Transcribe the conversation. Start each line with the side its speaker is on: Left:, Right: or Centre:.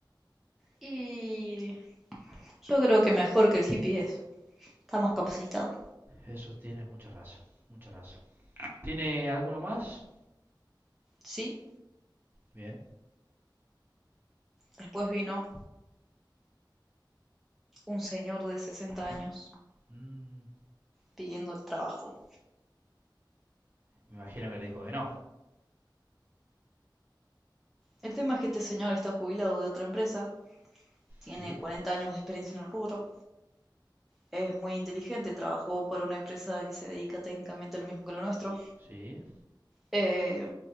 Centre: Y yo creo que mejor que el hippie es. Está más capacitado.
Right: Eso tiene mucha razón, mucha razón. ¿Tiene alguno más?
Centre: Sí.
Right: Bien.
Centre: Después vino un señor de 60 años
Right: Mm,
Centre: pidiendo el trabajo.
Right: me imagino que le dijo que no.
Centre: El tema es que este señor está jubilado de otra empresa, tiene
Right: Sí,
Centre: 40 años de experiencia en el rubro, es muy inteligente, trabajó para una empresa que se dedica técnicamente a lo mismo que lo nuestro,
Right: sí.
Centre: eh,